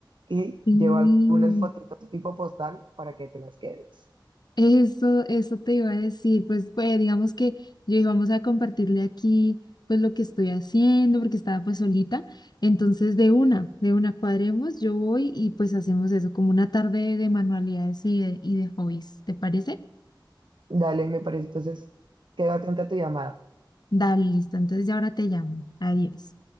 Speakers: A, on the right (about 75°); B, on the left (about 60°).
A: y
B: Sí,
A: llevo algunas fotitos tipo postal para que te las quedes.
B: Eso, eso te iba a decir, pues, pues digamos que yo dije, vamos a compartirle aquí pues lo que estoy haciendo, porque estaba pues solita, entonces de una, de una cuadremos, yo voy y pues hacemos eso, como una tarde de manualidades y de, y de hobbies, ¿te parece?
A: Dale, me parece. Entonces, quedo atenta a tu llamada.
B: Dale, listo, entonces ya ahora te llamo, adiós.